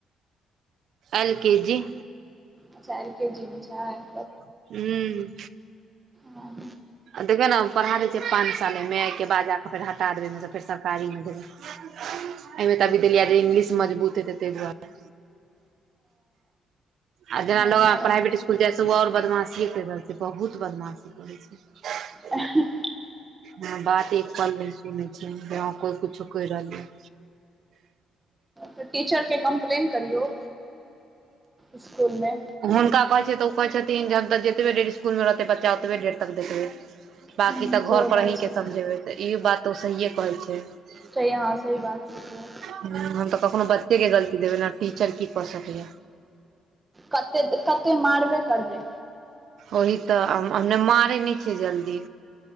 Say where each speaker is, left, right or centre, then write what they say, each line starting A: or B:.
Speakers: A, on the right (about 65°); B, on the right (about 15°).
A: एल-के-जी।
B: अच्छा एल-के-जी मे छैय।
A: हूँ।
B: हँ
A: देखियौ न हम पढ़ा दै छियै पाँच साल अइमे ऐके बाद जाकऽ फेर हटा देबै अइमेसऽ फेर सरकारीमे देबै। एयमे त अभी देलियैए जे इंग्लिश मजबूत हेते तै दुआरे। आ जेना
B: बढ़िआँ
A: लगमे
B: रह
A: प्राइवेट स्कुल जाइ से उ और बदमाशि करि रहल छैय बहुत बदमाशी करै छैय।
B: अ। <inaudible>
A: हँ बात एक पल नय सुनै छैय कोइ कुछो कैर रहलियऽ।
B: त टीचरके कम्प्लेन करियौ इसकुलमे।
A: हुनका कहै छियै त ओ कहै छथिन जे हम जतबे देर इसकुलमे रहतै बच्चा ओतबे देर तक देखबै
B: ह
A: बाकी त
B: सेहो
A: घर पर
B: बात
A: अहीं
B: छै
A: के समझेबै त इहो बात ओ सहिए कहै छैय।
B: सही हँ सही बात छैय सेहो।
A: हूँ हम त कखनो बच्चेके गलती देबै ने टीचर की क सकैया।
B: कते-कते मारबे करबे।
A: ओही त हम- हम नय मारै नय छियै जल्दी।